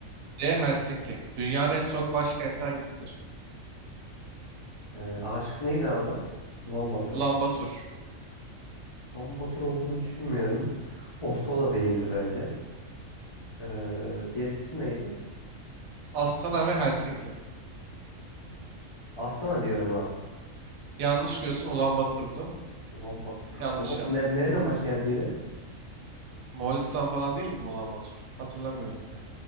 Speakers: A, on the right (about 85°); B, on the left (about 40°).
A: D. Helsinki Dünyanın en soğuk başkenti hangisidir?
B: Ee, A şıkkı neydi abi? Ulan Bator.
A: Ulaanbaatar
B: Ulan Bator olduğunu düşünmüyorum. Oslo da değildir bence. Ee, diğer ikisi neydi?
A: Astana ve Helsinki.
B: Astana diyorum abi.
A: Yanlış diyorsun Ulaanbaatar'du.
B: Ulan Bator.
A: Yanlış
B: Ulan Bator
A: yaptım.
B: ne- nerenin başkentiydi?
A: Moğolistan falan değil mi Ulaanbaatar? Hatırlamıyorum ya.